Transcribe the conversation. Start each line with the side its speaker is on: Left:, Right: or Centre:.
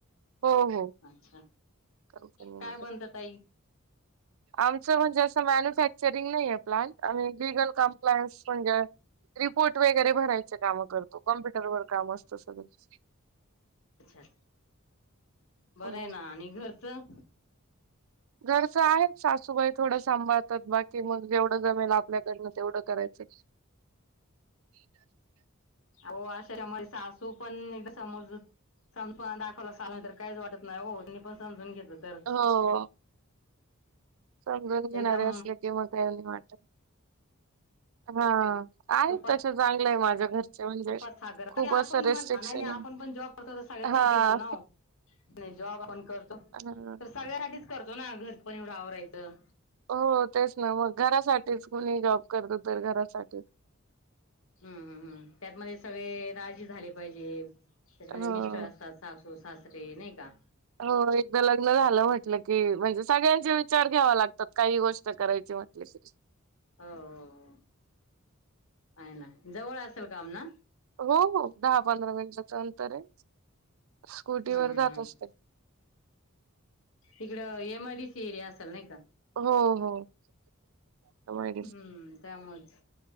Right: हो हो
Left: अच्छा
Right: कंपनी
Left: काय
Right: मध्ये.
Left: बनतं ताई
Right: आमचं म्हणजे असं मन्यू फॅक्चरिंग नाहीये प्लांट आम्ही लिगल कम्प्लायन्स म्हणजे रिपोर्ट वगैरे भरायचे काम करतो कॉम्प्युटरवर काम असत सगळच.
Left: अच्छा, बर
Right: हम्म.
Left: आहे ना आणि घरचं?
Right: घरचं आहे. सासूबाई थोडं सांभाळतात बाकी मग जेवढं जमेल आपल्याकडनं तेवढं करायचं. <unintelligible>
Left: अहो अशा <unintelligible> सासू पण एकदा समज संपा दाखवलासा नाही तर काहीच वाटत नाही ओ मी पण समजून घेतलं. तर
Right: हो, समजून घेणारे
Left: एकदम
Right: असले की मग काय नाही वाट हा. आहे
Left: तुपात
Right: तसे चांगलं आहे माझ्या घरचे म्हणजे,
Left: तुपात साखर
Right: खूप
Left: की आपण
Right: असं रेस्ट्रिक्शनये.
Left: पण नाही नाही आपण पण जॉब करतो तर सगळ्यांसाठी
Right: हा.
Left: करू ना हो नाही जॉब पण कर.
Right: <unintelligible>
Left: सगळ्यासाठीच करतो ना घर पण एवढं आवरायचं.
Right: हो तेच ना मग घरासाठीच कुणी जॉब करतो तर घरासाठीच.
Left: हम्म हम्म हम्म त्यातमध्ये सगळे राजी झाले पाहिजे, त्याच्यामध्ये
Right: ह
Left: मिस्टर असतात. सासू सासरे नाही का?
Right: हो एकदा लग्न झालं म्हटलं की म्हणजे सगळ्यांचे विचार घ्यावा लागतात काही गोष्ट करायची म्हटलं की? <inaudible>
Left: हो हो हो, आहे ना जवळ असेल काम ना?
Right: हो दहा पंधरा मिनिटाच अंतर ये, स्कूटीवर
Left: हम्म
Right: जात
Left: हम्म
Right: असते.
Left: तिकडं M I D C area असल नाही का?
Right: हो हो. <inaudible> त मय.
Left: हम्म त्यामुळेच,